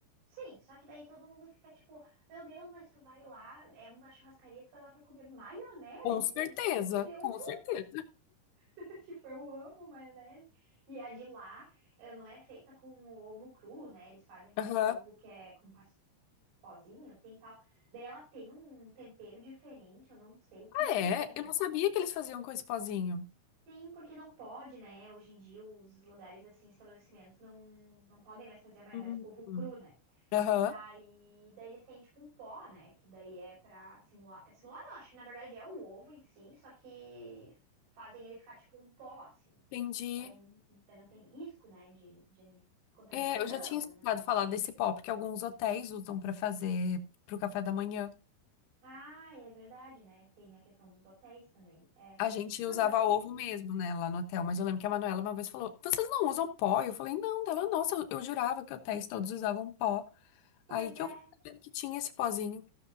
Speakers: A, on the right (about 80°); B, on the left (about 70°).
A: Sim, só que daí todo mundo fica tipo, meu Deus, mas tu vai lá, é uma churrascaria, tu vai lá pra comer maionese?
B: Com certeza,
A: Daí eu disse, mas eu
B: com
A: vou.
B: certeza.
A: <laughs> Tipo, eu amo maionese. E a de lá eh, não é feita com ovo cru, né? Eles fazem com
B: Aham.
A: aquele ovo que é com pas- pozinho, assim, tal. Daí ela tem um tempero diferente, eu não sei o que que
B: É,
A: é, mas...
B: eu não sabia que eles faziam com esse pozinho.
A: Sim, porque não pode, né? Hoje em dia os lugares, assim, estabelecimentos não, não podem mais fazer a maionese
B: Hum.
A: com ovo cru, né?
B: Aham,
A: Daí, daí eles têm, tipo, um pó, né? Que daí é pra simular... é Simular não, acho que na verdade é o ovo em si, só que fazem ele ficar, tipo, um pó, assim.
B: entendi.
A: Daí, não tem risco, né, de, de contaminação,
B: É, eu já tinha escutado
A: né?
B: falar desse pó, porque alguns hotéis usam pra fazer pro café da manhã.
A: Ah, é verdade, né? Tem a questão dos hotéis também. É.
B: A gente
A: Não,
B: usava
A: daí
B: ovo
A: ele.
B: mesmo, né, lá no hotel. Mas eu lembro que a Manuela uma vez falou: Vocês não usam pó? Eu falei: Não, dela, nossa, eu, eu jurava que hotéis todos usavam pó.
A: Pois
B: Aí que
A: é,
B: eu fiquei sabendo que tinha esse pozinho.